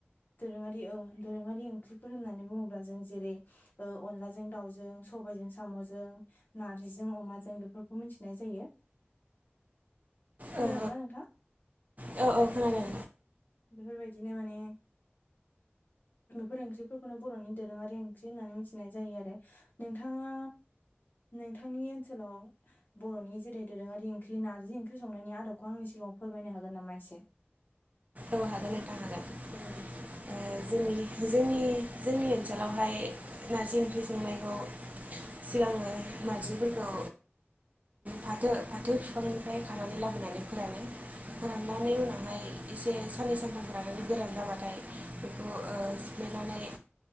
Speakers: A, on the left (about 50°); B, on the right (about 40°).
A: दोरोङारि ओ दोरोङारि ओंख्रिफोर होननानै बुङोब्ला जों जेरै ओ अनलाजों दाउजों सबायजों साम'जों नार्जिजों अमाजों बेफोरखौ मिथिनाय जायो। खोनादोंना
B: औ
A: नोंथां
B: औ औ औ खोनादों।
A: बेफोरबायदिनो माने बेफोर ओंख्रिफोरखौनो बर'नि दोरोङारि ओंख्रि होननानै मिथिनाय जायो आरो। नोंथाङा नोंथांनि ओनसोलाव बर'नि जेरै दोरोङारि ओंख्रि नारजि ओंख्रि संनायनि आदबखौ आंनि सिगाङाव फोरमायनो हागोन नामा एसे?
B: औ हागोन नोंथां हागोन।
A: औ दे।
B: ओ जोंनि जोंनि जोंनि ओनसोलावहाय नारजि ओंख्रि संनायखौ सिगांङो नारजिफोरखौ फाथो फाथो बिफांनिफ्राय खानानै लाबोनानै फोरानो। राननानै उनावहाय एसे साननै सानथामफ्रानो गोरान जाबाथाय बेखौ सिफ्लेनानै